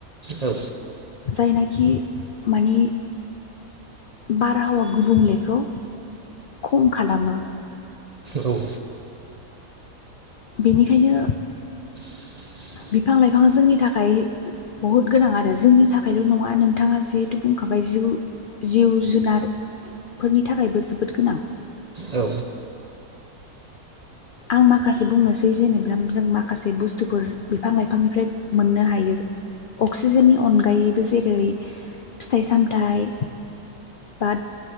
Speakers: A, on the right; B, on the left.
A: औ
B: जायनाखि माने बारहावा गुबुंलेखौ खम खालामो।
A: औ
B: बेनिखायनो
A: <inaudible>
B: बिफां-लाइफाङा जोंनि थाखाय बहुत गोनां आरो जोंनि थाखायल' नङा नोंथाङा जिहेथु बुंखाबाय जिउ जिउ जुनार फोरनि थाखायबो जोबोद गोनां
A: औ
B: आं माखासे बुंनोसै जेनेबा जों माखासे बुस्थुफोर बिफां-लाइफांनिफ्राय मोननो हायो। अक्सिजेननि अनगायैबो जेरै फिथाइ-सामथाइ बा